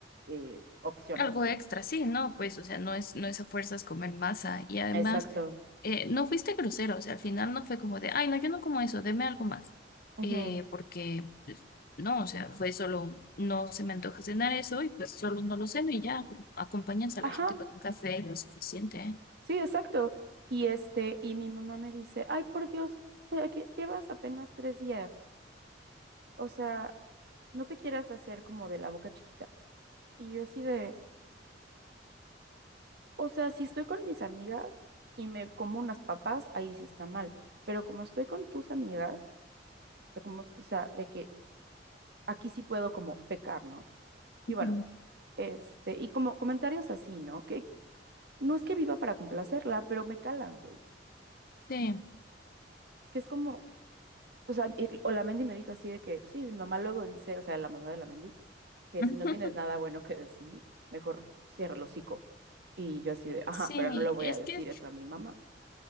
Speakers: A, on the right; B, on the left.
A: eh, opciones,
B: Algo
A: ¿no?
B: extra, sí, no, pues, o sea, no es, no es a fuerzas comer masa. Y además,
A: Exacto.
B: eh, no fuiste grosero, o sea, al final no fue como de, ay, no, yo no como eso, deme algo más.
A: Ujú.
B: Eh, porque, pues, no, o sea, fue solo, un, no se me antoja cenar eso y pues solo no lo ceno y ya, acompañas a
A: Ajá.
B: la gente con un café y lo suficiente, ¿eh?
A: Sí, exacto. Y este, y mi mamá me dice, ay, por Dios, te- que llevas apenas tres días. O sea, no te quieras hacer como de la boca chiquita. Y yo así de, o sea, si estoy con mis amigas y me como unas papas, ahí sí está mal. Pero como estoy con tus amigas, o sea, como, o sea, de que aquí sí puedo como pecar, ¿no? Y
B: Ujú.
A: bueno, este, y como comentarios así, ¿no? Que no es que viva para complacerla, pero me calan, güey.
B: Sí.
A: Que es como, O sea, y Olamendi me dijo así de que, sí, mi mamá luego dice, o sea, la mamá de Olamendi, que
B: <laughs>
A: si no tienes nada bueno que decir, mejor cierra el hocico. Y yo así de, ajá,
B: Sí,
A: pero no le voy
B: es
A: a decir
B: que
A: eso a mi mamá.